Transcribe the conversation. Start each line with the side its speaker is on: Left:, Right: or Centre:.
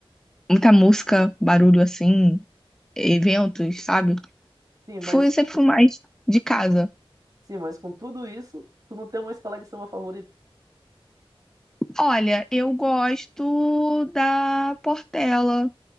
Centre: muita música, barulho assim, eventos, sabe?
Right: Sim, mas,
Centre: Fui sempre fui mais de casa.
Right: sim, mas com tudo isso, tu não tem uma escola de samba favorita?
Centre: Olha, eu gosto da Portela,